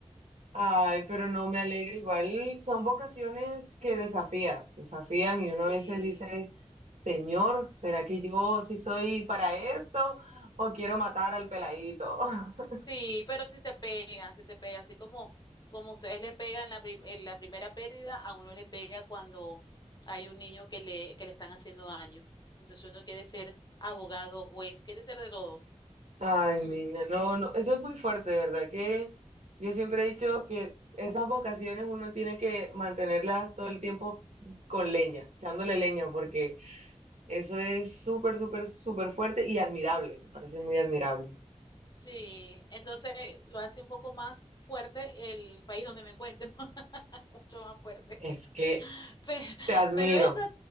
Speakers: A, on the right (about 70°); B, on the left (about 35°).
A: Ay, pero no me alegra. Igual son vocaciones que desafían, desafían y uno a
B: Sí.
A: veces dice, Señor, ¿será que yo sí soy para esto o quiero matar al peladito? <laughs>
B: Sí, pero si te pegan, si te pega, así como, como ustedes le pegan la, pri- en la primera pérdida, a uno le pega cuando hay un niño que le, que le están haciendo daño. Entonces uno quiere ser abogado, juez, quiere ser de todo.
A: Ay,
B: <clears throat>
A: niña, no, no, eso es muy fuerte, de verdad que yo siempre he dicho que esas vocaciones uno tiene que mantenerlas todo el tiempo con leña, echándole leña, porque eso es súper, súper, súper fuerte y admirable, me parece muy admirable.
B: Sí, entonces lo hace un poco más fuerte el país donde me encuentro, <laughs> mucho más fuerte.
A: Es
B: <laughs>
A: que
B: Pero,
A: te admiro.
B: pero eso,